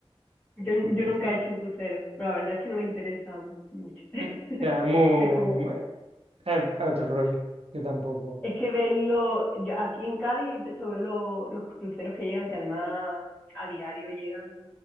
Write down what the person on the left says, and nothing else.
Yo,
yo nunca he hecho un crucero, pero la verdad es que no me interesa mucho. <laughs>
Es como,
es que verlo, yo aquí en Cádiz, eso veo lo- los cruceros que llegan, que además a diario llegan,